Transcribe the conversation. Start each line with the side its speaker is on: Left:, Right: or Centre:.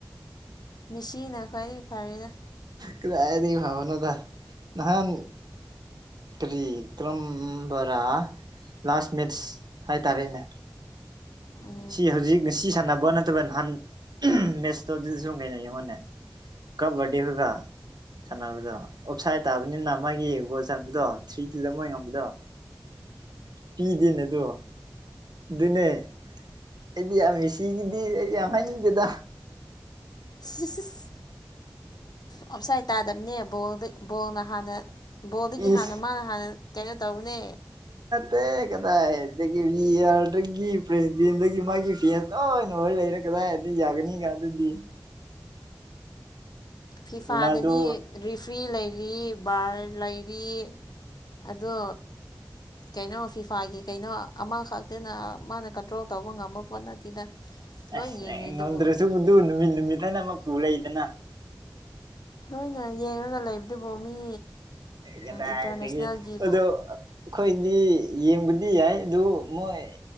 Left: ꯃꯤꯁꯤꯅ ꯈ꯭ꯋꯥꯏꯗꯒꯤ ꯐꯔꯦꯗ
Right: ꯀꯥꯗꯥꯏꯗꯒꯤ ꯐꯕꯅꯣꯗ ꯅꯍꯥꯟ ꯀꯔꯤ ꯀ꯭ꯔꯝꯕꯥꯔꯥ ꯂꯥꯁ ꯃꯤꯠꯁ ꯍꯥꯏꯇꯥꯔꯦꯅꯦ
Left: ꯎꯝ
Right: ꯁꯤ ꯍꯧꯖꯤꯛ ꯉꯁꯤ ꯁꯥꯟꯅꯕ ꯅꯠꯇꯕ ꯅꯍꯥꯟ ꯃꯦꯠꯁꯇꯣ ꯑꯗꯨ ꯁꯨꯝ ꯌꯦꯡꯉꯣꯅꯦ ꯀꯞꯕꯔꯗꯦꯍꯣꯏꯒ ꯁꯥꯟꯅꯕꯗꯣ ꯑꯣꯞꯁꯥꯏꯠ ꯇꯥꯕꯅꯤꯅ ꯃꯥꯒꯤ ꯕꯣꯜ ꯆꯟꯕꯗꯣ ꯊ꯭ꯔꯤ ꯇꯨꯗ ꯃꯣꯏ ꯉꯝꯕꯗꯣ ꯄꯤꯗꯦꯅꯦꯗꯣ ꯑꯗꯨꯅꯦ ꯑꯩꯗꯤ ꯌꯥꯝ ꯃꯦꯁꯤꯒꯤꯗꯤ ꯑꯩ ꯌꯥꯝ ꯍꯥꯏꯅꯤꯡꯗꯦꯗ
Left: ꯁꯤꯁꯤꯁ ꯑꯥꯎꯞꯁꯥꯏꯠ ꯇꯥꯗꯕꯅꯦ ꯕꯣꯜꯗ ꯕꯣꯜꯅ ꯍꯥꯟꯅ ꯕꯣꯜꯗꯒꯤ
Right: ꯏꯁ
Left: ꯍꯥꯟꯅ ꯃꯥꯅ ꯍꯥꯟꯅ ꯀꯩꯅꯣ ꯇꯧꯕꯅꯦ
Right: ꯇꯦ ꯀꯗꯥꯏꯗꯒꯤ ꯕꯤ ꯑꯥꯔꯗꯒꯤ ꯄ꯭ꯔꯦꯁꯤꯗꯦꯟꯗꯒꯤ ꯃꯥꯒꯤ ꯐꯦꯁ ꯂꯣꯏꯅ ꯑꯣꯏꯔ ꯂꯩꯔꯒ ꯀꯥꯗꯏꯗꯒꯤ ꯌꯥꯒꯅꯤꯒ ꯑꯗꯨꯗꯤ
Left: <inaudible> ꯐꯤꯐꯥꯗꯗꯤ
Right: ꯔꯣꯅꯥꯜꯗꯣ
Left: ꯔꯤꯐ꯭ꯔꯤ ꯂꯩꯔꯤ ꯕꯥꯔ ꯂꯩꯔꯤ ꯑꯗꯣ ꯀꯩꯅꯣ ꯐꯤꯐꯥꯒꯤ ꯀꯩꯅꯣ ꯑꯃꯈꯛꯇꯅ ꯃꯥꯅ ꯀꯟꯇ꯭ꯔꯣꯜ ꯇꯧꯕ ꯉꯝꯕ ꯄꯣꯠ ꯅꯠꯇꯦꯗ ꯂꯣꯏ
Right: ꯑꯁ
Left: ꯌꯦꯡꯉꯤꯗꯨꯕꯨ
Right: ꯉꯝꯗ꯭ꯔꯁꯨ ꯗꯨꯅꯨꯃꯤꯠ ꯅꯨꯃꯤꯠꯅ ꯍꯥꯏꯅ ꯑꯃ ꯂꯩꯗꯅ
Left: ꯅꯣꯏꯅ ꯌꯦꯡꯔꯒ ꯂꯩꯕꯗꯨꯕꯨ ꯃꯤ
Right: ꯀꯗꯥꯏꯗꯒꯤ
Left: ꯏꯟꯇꯔꯅꯦꯁꯅꯦꯜꯒꯤꯕꯨ
Right: ꯑꯗꯣ ꯑꯩꯈꯣꯏ ꯗꯤ ꯌꯦꯡꯕꯗꯤ ꯌꯥꯏ ꯑꯗꯨ ꯃꯣꯏ